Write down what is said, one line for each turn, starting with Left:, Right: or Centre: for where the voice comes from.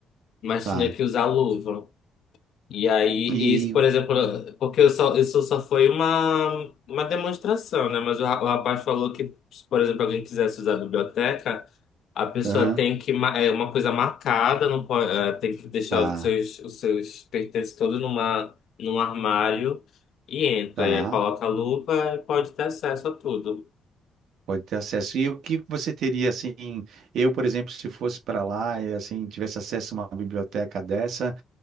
Left: Mas
Right: Tá.
Left: tinha que usar luva. E aí,
Right: E,
Left: isso, por exemplo, porque eu só, isso só foi uma, uma demonstração, né? Mas o, ra- o rapaz falou que, se, por exemplo, alguém quisesse usar a biblioteca, a pessoa
Right: aham,
Left: tem que, ma- é uma coisa marcada, não pode, é, tem que deixar
Right: tá,
Left: os seus, os seus pertences todos numa, num armário e entra.
Right: tá.
Left: E aí coloca a luva e pode ter acesso a tudo.
Right: Pode ter acesso. E o que você teria, assim, eu, por exemplo, se fosse para lá e, assim, tivesse acesso a uma biblioteca dessa,